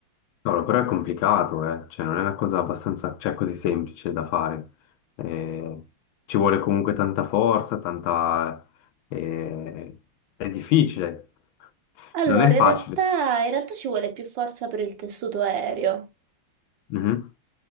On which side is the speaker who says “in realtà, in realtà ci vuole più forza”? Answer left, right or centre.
Right